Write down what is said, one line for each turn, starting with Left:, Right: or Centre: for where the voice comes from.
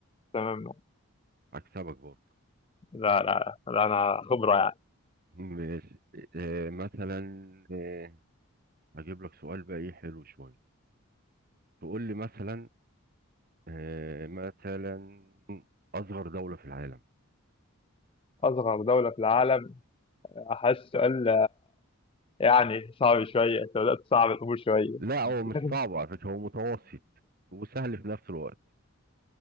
Left: تمام
Right: هكسبك برضه
Left: لا لا لا أنا خبرة يعني
Right: ماشي آه، مثلا آه، هجيب لك سؤال بقى ايه حلو شوية تقول لي مثلا آه، مثلا اصغر دولة في العالم
Left: أصغر دولة في العالم أحس سؤال يعني صعب شوية أنت بدأت تصعب الأمور شوية
Right: لا
Left: <laughs>
Right: هو مش صعب على فكرة هو متوسط وسهل في نفس الوقت